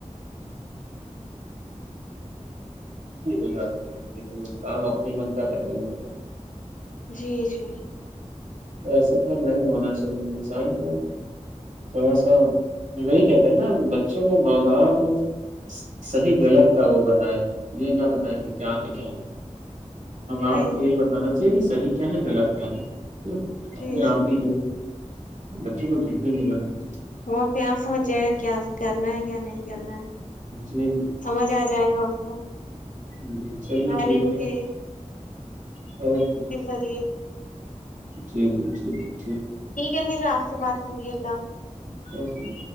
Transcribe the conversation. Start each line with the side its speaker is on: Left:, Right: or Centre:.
Right: ہو جاتے ہیں بچے پھر وہ کام اپنے من کا کرنے لگتا ہے
Left: جی جی
Right: ایسا کل نہیں ہونا چاہیے انسان کو تھوڑا سا وہی کہتے ہیں نا بچوں کو ماں باپ کو صحیح غلط تھا وہ بتائیں یہ نہ بتائے کہ کیا ہے کیا نہیں
Left: صحیح
Right: اپ کو یہ بتانا چے صح کیا ہے غلگ کیا ہے اپنے
Left: جی
Right: آپ
Left: جی
Right: ہی جو بچوں کو چٹ نہیں گ
Left: وہ اپنے آپ سمجھ جائے گا کیا کرنا ہے کیا نہیں کرنا ہے
Right: جی
Left: سمجھ آ جائے گا اس <inaudible>
Right: جی جی چلیے
Left: تعلیم
Right: ٹھیک ہے
Left: کے
Right: <inaudible>
Left: ذریعے
Right: جی جی جٹھیک ھیک
Left: ٹھیک ہے پھر آپ سے بات ہوگی اللہ حافظ
Right: اورک